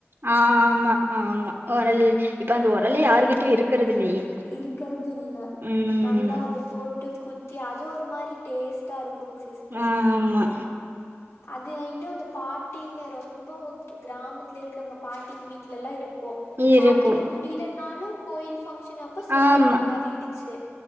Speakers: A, on the right; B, on the left.
A: ஆஹ் ஆமா ஆஆமா உரல் இப்ப அந்த உரல யாருகிட்டயும் இருக்கறது இல்லையே
B: இருக்கறது இல்ல
A: உம்
B: நல்லா அது போட்டு குத்தி அது ஒரு மாதிரி டேஸ்ட்டா இருக்கும் குங்க சிஸ்டர்
A: ஆமா
B: அது இன்னும் அந்த பாட்டிங்க ரொம்ப கிராமத்துல இருக்கவங்க பாட்டிங்க வீட்ல எல்லாம் இருக்கும் பாட்டிங்க
A: இருக்கு
B: முடியலனாலும் கோயில் ஃபங்க்ஷன் அப்ப செஞ்சிருவாங்க
A: ஆமா
B: அது இடிச்சு